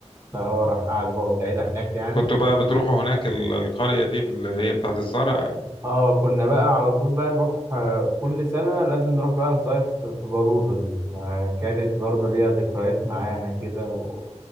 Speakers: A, on the right; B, on the left.
A: فهو راح قاعد هو والعيلة هناك يعني
B: كنتوا بقى بتروحوا هناك ال- القرية دي في اللي هي بتاعت الزرع
A: اه كنا بقى على طول بقى نروح آه، كل سنة لازم نروح بقى نصيف في في بلوزة دي فكانت برضه ليها ذكريات معاها كده و...